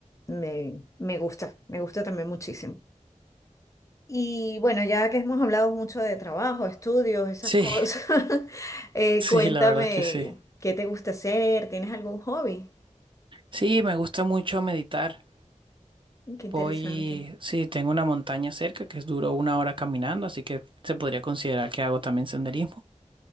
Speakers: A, on the left; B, on the right.
A: me, me gusta, me gusta también muchísimo. Y bueno, ya que hemos hablado mucho de trabajo, estudios, esas
B: Sí,
A: cosas, <laughs>
B: <laughs>
A: eh,
B: sí,
A: cuéntame
B: la verdad es que sí.
A: qué te gusta hacer, ¿tienes algún hobby?
B: Sí, me gusta mucho meditar.
A: Mm, Qué interesante.
B: Voy, sí, tengo una montaña cerca que es duro una hora caminando, así que se podría considerar que hago también senderismo.